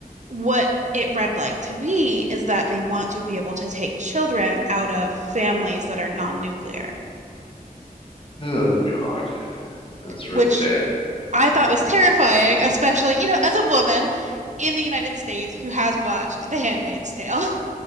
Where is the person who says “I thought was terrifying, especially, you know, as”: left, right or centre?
Right